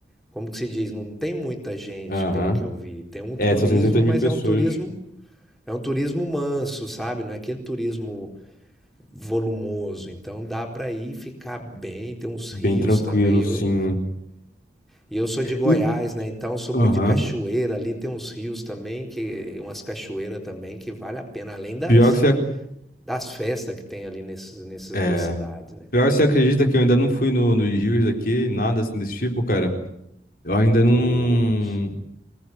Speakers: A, in the centre; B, on the left.
A: como que se diz, não tem muita gente,
B: Aham.
A: pelo que eu vi. Tem um turismo,
B: É, só 600
A: mas
B: mil pessoas.
A: é um turismo, é um turismo manso, sabe? Não é aquele turismo volumoso. Então dá para ir e ficar bem, tem uns
B: Bem
A: rios
B: tranquilo,
A: também.
B: sim.
A: Eu, e eu sou de Goiás,
B: E-
A: né? Então sou
B: Aham.
A: muito de cachoeira ali, tem uns rios também que umas cachoeiras também que vale a pena, além das
B: Pior que você. ac-
A: das festas que tem ali nesses, nessas
B: É.
A: duas cidades, né?
B: Pior que você acredita que eu ainda não fui no, nos rios daqui, nada assim desse tipo, cara. Eu ainda não.
A: Poxa.